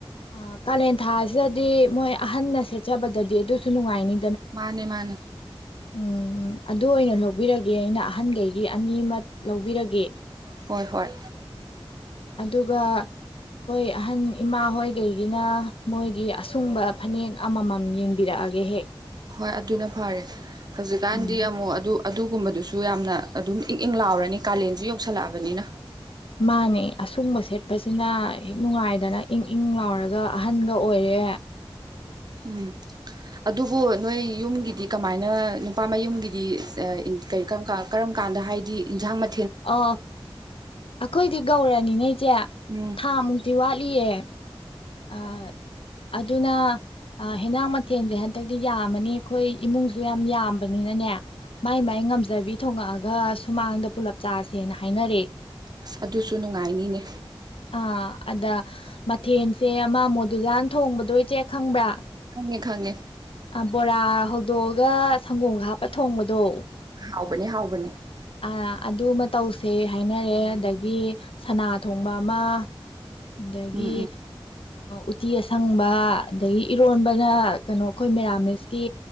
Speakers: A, on the left; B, on the right.
A: ꯑ ꯀꯥꯂꯦꯟ ꯊꯥꯁꯤꯗꯗꯤ ꯃꯣꯏ ꯑꯍꯟꯅ ꯁꯦꯠꯆꯕꯗꯗꯤ ꯑꯗꯨ ꯁ ꯅꯨꯡꯉꯥꯏꯅꯤ
B: ꯃꯥꯅꯦ-ꯃꯥꯅꯦ꯫
A: ꯎꯝ ꯑꯗꯨ ꯑꯣꯏꯅ ꯂꯧꯕꯤꯔꯒꯦ ꯑꯩꯅ꯫ ꯑꯍꯟꯈꯩꯒꯤ ꯑꯅꯤꯃꯛ ꯂꯧꯕꯤꯔꯒꯦ꯫
B: ꯍꯣꯏ ꯍꯣꯏ꯫
A: ꯑꯗꯨꯒ ꯈꫭꯏ ꯑꯍꯟ ꯏꯃꯥ ꯍꯣꯏꯒꯩꯒꯤꯅ ꯃꯣꯏꯒꯤ ꯑꯁꯨꯡꯕ ꯐꯅꯦꯛ ꯑꯃꯃꯝ ꯝ ꯌꯦꯡꯕꯤꯔꯛꯑꯒꯦ ꯍꯦꯛ
B: ꯍꯣꯏ ꯑꯗꯨꯅ ꯐꯔꯦ꯫ ꯍꯧꯖꯤꯛꯀꯥꯟꯗꯤ
A: ꯎꯝ
B: ꯑꯃꯨꯛ ꯑꯗꯨ ꯑꯗꯨꯒꯨꯝꯕꯗꯨꯁꯨ ꯌꯥꯝꯅ ꯑꯗꯨꯝ ꯏꯪ ꯏꯪ ꯂꯥꯎꯔꯅꯤ ꯀꯥꯂꯦꯟꯁꯨ ꯌꯧꯁꯜꯂꯛꯑꯕꯅꯤꯅ꯫
A: ꯃꯥꯅꯦ ꯑꯁꯨꯝꯕꯁꯦ ꯄꯁꯤꯅ ꯍꯦꯛ ꯅꯨꯡꯉꯥꯏꯗꯅ ꯏꯡ ꯏꯪ ꯂꯥꯎꯔꯒ ꯑꯍꯟꯒ ꯑꯣꯏꯔꯦ
B: ꯎꯝ ꯑꯗꯨꯕꯨ ꯅꯣꯏ ꯌꯨꯝꯒꯤꯗꯤ ꯀꯃꯥꯏꯅ ꯅꯨꯄꯥ ꯃꯌꯨꯝꯒꯤꯗꯤ ꯏꯟ ꯀꯔꯤ ꯀꯔꯝ ꯀꯥꯟꯗ ꯍꯥꯏꯗꯤ ꯏꯟꯖꯥꯡ ꯃ
A: ꯑ ꯑꯈꯣꯏꯗꯤ ꯧꯔꯅꯤꯅꯦ ꯑꯩꯆꯦ
B: ꯎꯝ
A: ꯊꯥ ꯃꯨꯛꯇꯤ ꯋꯥꯠꯂꯤꯌꯦ꯫ ꯑ ꯑꯗꯨꯅ ꯍꯦꯟꯅꯥꯡ ꯃꯊꯦꯜꯁꯦ ꯍꯟꯗꯛꯇꯤ ꯌꯥꯝꯃꯅꯤ ꯑꯩꯈꯣꯏ ꯏꯃꯨꯡꯁꯨ ꯌꯥꯝ ꯌꯥꯝꯕꯅꯤꯅꯅꯦ ꯃꯥꯏ ꯃꯥꯏ ꯉꯝꯖꯕꯤ ꯊꯣꯉꯛꯑꯒ ꯁꯨꯃꯥꯡꯗ ꯄꯨꯜꯂꯞ ꯆꯥꯁꯦꯅ ꯍꯥꯏꯅꯔꯦꯑꯦ꯫
B: ꯑꯁ ꯑꯗꯨꯁꯨ ꯅꯨꯡꯉꯥꯏꯅꯤꯅꯦ꯫
A: ꯑꯥ ꯑꯗ ꯃꯊꯦꯜꯁꯦ ꯑꯃ ꯃꯣꯗꯨꯂꯥꯥꯟ ꯊꯣꯡꯕꯗꯨ ꯏꯆꯦ ꯈꯪꯕ꯭ꯔꯥ꯫
B: ꯈꯪꯉꯦ ꯈꯪꯉꯦ
A: ꯑ ꯕꯣꯔꯥ ꯍꯧ ꯗꯣꯛꯑꯒ ꯁꯪꯒꯣꯝꯒ ꯍꯥꯞꯄ ꯊꯣꯡꯕꯗꯣ
B: ꯍꯥꯎꯕꯅꯦ ꯍꯥꯎꯕꯅꯦ꯫
A: ꯑ ꯑꯗꯨꯃ ꯇꯧꯁꯦ ꯍꯥꯏꯅꯔꯦ ꯑꯗꯒꯤ ꯁꯅꯥ ꯊꯣꯡꯕ ꯑꯃ ꯑꯗꯒꯤ
B: ꯎꯝ ꯎꯝ
A: ꯎꯇꯤ ꯑꯁꯪꯕ ꯑꯗꯒꯤ ꯏꯔꯣꯟꯕꯅ ꯀꯩꯅꯣ ꯑꯩꯈꯣꯏ ꯃꯦꯔꯥꯃꯤꯁꯀꯤ